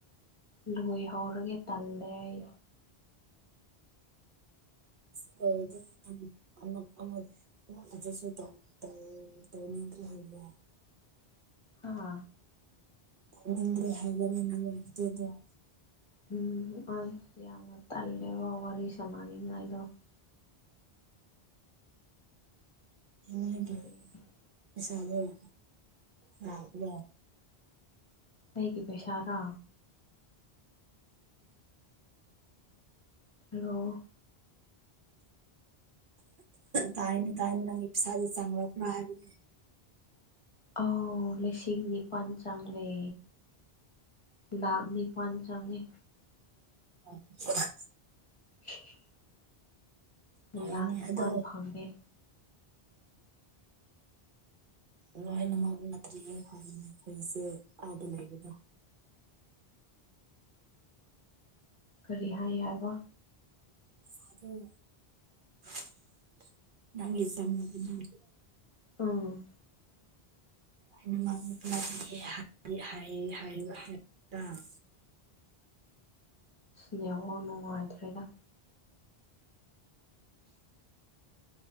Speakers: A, on the left; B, on the right.
A: ꯂꯣꯏꯍꯧꯔꯒꯦ ꯇꯜꯂꯦ ꯑꯩ
B: ꯁꯤ ꯂꯣꯏꯔꯗꯤ <unintelligible> ꯅꯣꯏ ꯑꯗꯁꯨ ꯇꯧ ꯇꯧ ꯇꯧꯅꯤꯡꯗ꯭ꯔꯤ ꯍꯥꯏꯕ꯭ꯔꯥ
A: ꯍꯥ
B: ꯇꯧꯅꯤꯡꯗ꯭ꯔꯦ ꯍꯥꯏꯕ꯭ꯔꯥꯅꯦ <unintelligible>
A: ꯎꯝ ꯑꯁ ꯌꯥꯝꯅ ꯇꯜꯂꯦꯕ ꯋꯥꯔꯤ ꯁꯥꯟꯅꯅꯤꯡꯉꯥꯏꯗꯣ
B: <unintelligible>
A: ꯎꯝ ꯑꯩꯒꯤ ꯄꯩꯁꯥꯔꯥ ꯍꯜꯂꯣ
B: ꯇꯥꯏꯅꯦ ꯇꯥꯏꯅꯦ ꯅꯪꯒꯤ ꯄꯩꯁꯥꯗꯣ ꯆꯪꯂꯛꯄ꯭ꯔꯥ ꯍꯥꯏꯕꯅꯦ
A: ꯑꯥꯎ ꯂꯤꯁꯤꯡ ꯅꯤꯄꯥꯜ ꯆꯪꯂꯦ ꯂꯥꯛ ꯅꯤꯄꯥꯟ ꯆꯪꯏ
B: <unintelligible>
A: <unintelligible> ꯂꯥꯛ
B: <unintelligible>
A: ꯅꯤꯄꯥꯜ
B: ꯑꯗꯣ <unintelligible>
A: ꯐꯪꯉꯦ
B: ꯂꯣꯏꯅꯃꯛ ꯅꯠꯇ꯭ꯔꯤꯌꯦ ꯍꯧꯖꯤꯛꯅꯦ ꯍꯧꯖꯤꯛꯁꯦ ꯑꯥꯗ ꯂꯩꯕꯗꯣ
A: ꯀꯔꯤ ꯍꯥꯏ ꯍꯥꯏꯕ
B: <unintelligible>
A: ꯎꯝ
B: ꯑꯩꯅꯃꯛ ꯅꯠꯇ꯭ꯔꯤꯌꯦ ꯍꯥꯏ ꯍꯥꯏ ꯍꯥꯏꯕ <unintelligible>
A: ꯅꯦꯠꯋꯥꯛ ꯅꯨꯡꯉꯥꯏꯇ꯭ꯔꯦꯗ